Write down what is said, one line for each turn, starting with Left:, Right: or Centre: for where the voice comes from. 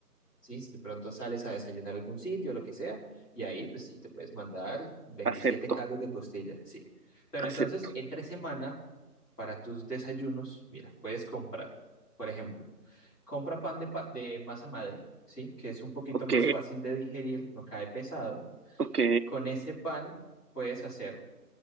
Left: Sí, si de pronto sales a desayunar a algún sitio, lo que sea, y ahí pues sí te puedes mandar 27
Right: Acepto,
Left: caldos de costilla, sí. Pero
Right: acepto.
Left: entonces, entre semana, para tus desayunos, mira, puedes comprar, por ejemplo, compra pan de, pa- de masa madre, sí, que es un poquito
Right: Ok.
Left: más fácil de digerir, no cae pesado.
Right: Ok,
Left: Con ese pan puedes hacer